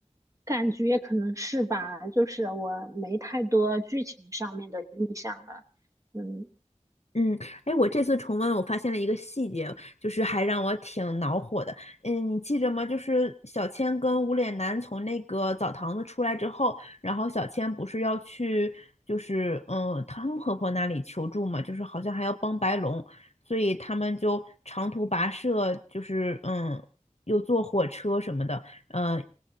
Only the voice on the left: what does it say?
嗯，哎，我这次重温，我发现了一个细节，就是还让我挺恼火的。嗯，你记着吗？就是小千跟无脸男从那个澡堂子出来之后，然后小千不是要去，就是嗯汤姆婆婆那里求助嘛，就是好像还要帮白龙，所以他们就长途跋涉，就是嗯又坐火车什么的，嗯，